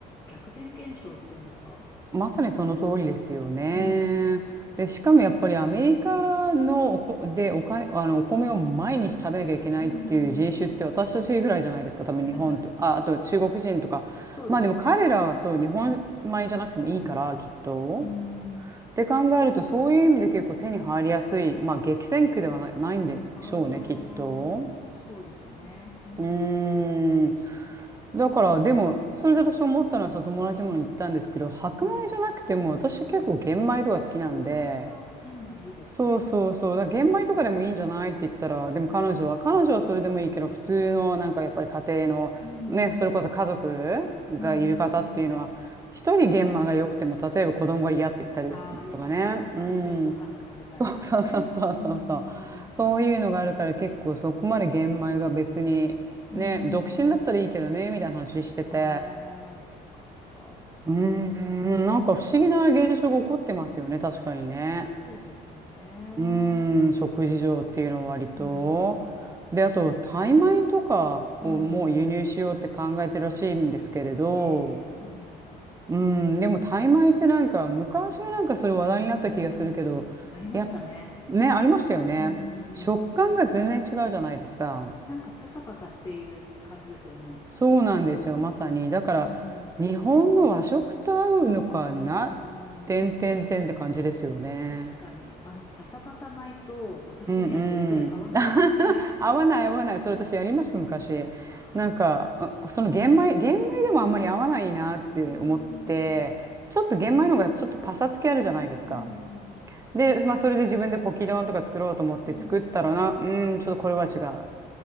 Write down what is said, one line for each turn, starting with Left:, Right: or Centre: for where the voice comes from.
Left: 逆転現象っていうんですか
Right: まさにその通りですよね。
Left: うん。
Right: で、しかもやっぱりアメリカのおこ、でお金、あの、お米を毎日食べなきゃいけないっていう人種って私たちぐらいじゃないですか。
Left: うんうんうん
Right: 多分日本と、
Left: <laughs>
Right: あ、あと中国人とか。
Left: そうですね。
Right: まあでも彼らはそう、日本米じゃなくてもいいから、きっと。
Left: うん。
Right: って考えると、そういう意味で結構手に入りやすい。まあ激戦区ではな、ないんでしょうね、
Left: ああ、
Right: きっと。
Left: そうですよね。うんうんうん。
Right: うーん。だから、でも、それで私思ったのは、その友達にも言ったんですけど、白米じゃなくても、
Left: はい。
Right: 私結構玄米とか好きなんで、
Left: ああ、玄米いいですね。
Right: そうそうそう、だから玄米とかでもいいんじゃないって言ったら、でも彼女は、
Left: うん。
Right: 彼女はそれでもいいけど、普通のなんかやっぱり家庭の、
Left: うんうん。
Right: ね、それこそ家族がいる方っていうのは、
Left: うんうんうん。
Right: 一人玄米が良くても、例えば子供が嫌って言ったりとかね、
Left: ああ、やっぱり、ま、真っ白いご飯が食べたいですよね。
Right: うん。<laughs> そうそうそうそうそう。
Left: うんうん
Right: そういうのがあるから結構そこまで玄米が別に、
Left: うん。
Right: ね、
Left: うんうん
Right: 独身だったらいいけどね、みたいな話してて。
Left: うん。ああ、そっかそっか。
Right: うーん、なんか不思議な現象が起こってますよね、確かにね。
Left: そうですよね。
Right: うーん、食事上っていうのは割と。
Left: うん。
Right: で、あと、タイ米とかをもう輸入しようって考えてるらしいんですけれど、
Left: うんうんうん。ええ、そうなんだ。
Right: うん、でもタイ米ってなんか昔もなんかそれ話題になった気がするけど、
Left: うんうん。ありましたね。
Right: いや、ね、ありましたよね。
Left: うんうんうん。
Right: 食感が全然違うじゃないですか。
Left: なんかパサパサしている感じですよね。
Right: そうなんですよ、まさに。だから日本の和食と合うのかな、
Left: うん。うんう
Right: てんてんてんって感じですよね。
Left: んうん。確かに、あの、パサパサ米とお刺身は絶対合わないですね。
Right: うんうん。<laughs>
Left: <laughs>
Right: 合わない合わない。それ私やりました、昔。
Left: ああ。
Right: なんか、うその玄米、玄米でもあんまり合わないなって思って、
Left: うーん。
Right: ちょっと玄米の方がちょっとパサつきあるじゃないですか。
Left: うんうん
Right: で、まあ、それで自分でポキ丼とか作ろうと思って作ったらな、
Left: うんうん。うんうんうん。
Right: うーん、ちょっとこれは違う。は